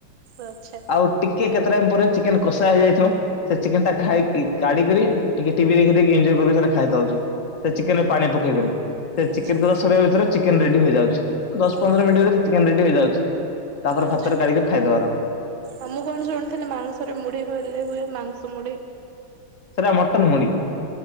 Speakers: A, on the right; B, on the left.
A: ଆଚ୍ଛା
B: ଆଉ ଟିକେ କେତେ ଟାଇମ ପରେ ଚିକେନ କଷା ହେଇଯାଇଥିବ ସେ ଚିକେନ ଟା ଖାଇ କାଢି କରି ଟିକେ ଟି ଟିଭି ଦେଖି ଦେଖି ଏଞ୍ଜଏ କରି କରି ଖାଇବା ଖାଉଛି, ସେ ଚିକେନ ରେ ପାଣି ପକେଇବେନି ସେ
A: ଆଚ୍ଛା
B: ଚିକେନ ଭିତରେ ଚିକେନ ରେଡି ହୋଇଯାଉଛି। ଦଶ
A: ଓହୋ
B: ପନ୍ଦର ମିନିଟ ଭିତରେ ଚିକେନ ରେଡି ହେଇଯାଉଛି ତାପରେ
A: ଆଚ୍ଛା।
B: ଭାତରେ କାଢିକରି ଖାଇଦବାର।
A: ଆଉ ମୁଁ କଣ ଶୁଣିଥିଲି ମାଂସରେ ମୁଢି ହେଲେ ହୁଏ ମାଂସ ମୁଢି।
B: ସେରା ମଟନ୍ ମୁଡି,